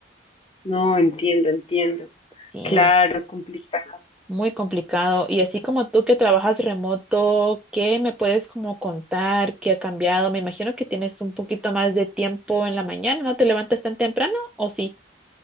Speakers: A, on the left; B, in the centre.
A: no, entiendo, entiendo.
B: Sí,
A: Claro, complicado.
B: muy complicado. Y así como tú que trabajas remoto, ¿qué me puedes como contar? ¿Qué ha cambiado? Me imagino que tienes un poquito más de tiempo en la mañana, ¿no te levantas tan temprano o sí?